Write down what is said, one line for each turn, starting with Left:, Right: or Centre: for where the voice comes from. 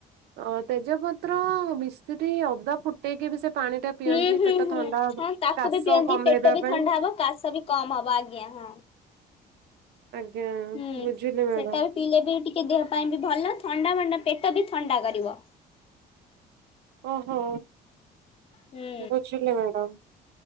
Right: ଅ ତେଜପତ୍ର ମିଶ୍ରି ଅଦା ଫୁଟେଇକି ବି ସେ ପାଣି ଟା ପିଅନ୍ତି
Left: ହୁଁ ହୁଁ
Right: ପେଟ
Left: ହୁଁ
Right: ଥଣ୍ଡା ହବ
Left: ହଁ ତାକୁ
Right: କାଶ
Left: ବି ପିଅନ୍ତି
Right: କମେଇବା
Left: ପେଟ ବି
Right: ପାଇଁ
Left: ଥଣ୍ଡା ହବ କାଶ ବି କମ ହବ ଆଜ୍ଞା ହଁ।
Right: ଆଜ୍ଞା।
Left: ହୁଁ
Right: ବୁଝିଲି ମ୍ୟାଡାମ
Left: ସେଟା ବି ପିଇଲେ ବି ଟିକେ ଦେହ ପାଇଁ ବି ଭଲ ଥଣ୍ଡା ମଣ୍ଡା ପେଟ ବି ଥଣ୍ଡା କରିବ।
Right: ଓହୋ।
Left: ହୁଁ
Right: ବୁଝିଲି ମ୍ୟାଡାମ